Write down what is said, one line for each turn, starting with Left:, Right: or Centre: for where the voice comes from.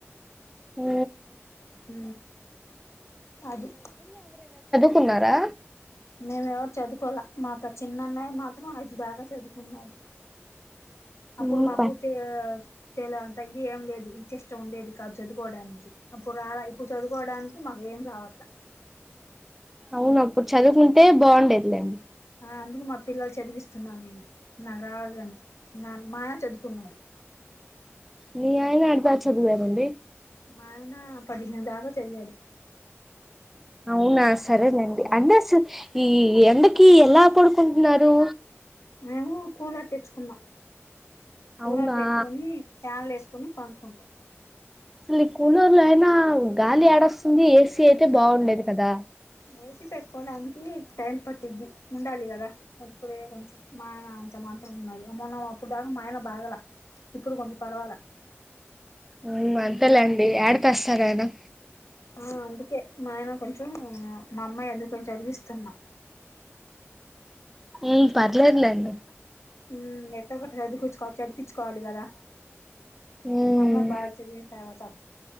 Centre: ఊ
Left: హూ అది
Centre: కున్నారా
Left: మేము ఎవరు చదువుకోల మాతో చిన్నన్నయ్య మాత్రం ఐదు దాక చదువుకున్నాను అప్పుడు
Centre: మ్మ్
Left: మాకు
Centre: ప
Left: తేజ్ తెేల అంతా ఇది ఏం లేదు ఇంట్రెస్ట్ ఉండేది కాదు చదువుకోవడానికి అప్పుడు రా ఇప్పుడు చదువుకోవడానికి మాకు ఏం రావట్ల
Centre: అవునప్పుడు చదువుకుంటే బావుండేదిలేండి
Left: ఆ అందుకు మా పిల్లలు చదివిస్తున్నా నేను నాకు రావాలండి నాన్ మాఆయ చదువుకున్నాడు
Centre: మీ ఆయన ఎంత చదివారండి
Left: మాఆయన పదిహేను దాకా చదివాడు
Centre: అవునా సరేలేండి అంటే అసల్ ఈ ఈ ఎండకి ఎలా పడుకుంటున్నారు
Left: మేము కూలర్ తెచ్చుకున్నాం కూలర్
Centre: అవునా
Left: పెట్టుకొని ఫ్యాన్లు ఏసుకొని పండుకుంటాం
Centre: అసలు ఈ కూలర్ లో అయినా గాలి ఏడొస్తుంది ఏసీ అయితే బాగుండేది కదా
Left: ఏసీ పెట్టుకోడానికి టైం పట్టిద్ది ఉండాలి కదా ఇప్పుడే కొంచెం మాయన అంత మాత్రం ఉన్నాడు అ మొన్న అప్పుడు దాకా మాయన బాగల ఇప్పుడు కొంచెం పర్వాల
Centre: ఉ అంతే లేండి ఏడతెస్తారు <unintelligible>
Left: ఆ అందుకే మాయన కొంచెం మా అమ్మాయి ఆందుకనే చదివిస్ స్తున్నాం
Centre: ఏం పర్లేదు లేండి
Left: ఉమ్ ఎట్లగోట్ల చదివిపిచ్చు చదివిపించుకోవాలి కదా
Centre: ఉమ్
Left: మమ్మ బాగా చదివిన తర్వాత